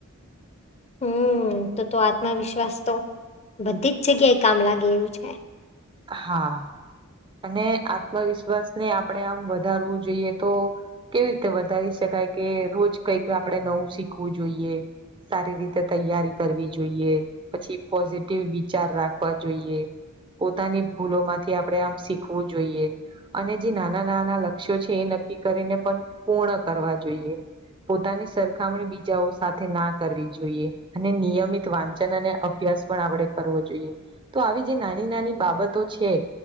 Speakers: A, on the left; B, on the right.
A: હમ તો તો આત્મવિશ્વાસ તો બધી જ જગ્યાએ કામ લાગે એવું છે.
B: હા. અને આત્મવિશ્વાસને આપણેે આમ વધારવું જોઈએ તો કેવી રીતે વધારી શકાય કે રોજ કઈક આપણે નવું શીખવું જોઈએ. સારી રીતે તૈયારી કરવી જોઈએ પછી પોઝિટિવ વિચાર રાખવા જોઈએ. પોતાની ભૂલોમાંથી આપડે આમ શીખવું જોઈએ. અને જે નાના નાના લક્ષ્યો છે એ નક્કી કરીને પણ પૂર્ણ કરવા જોઈએ. પોતાની સરખામણી બીજાઓ સાથે ના કરવી જોઈએ અને નિયમિત વાંચન અને અભ્યાસ પણ આપણે કરવો જોઈએ તો આવી જે નાની નાની બાબતો છે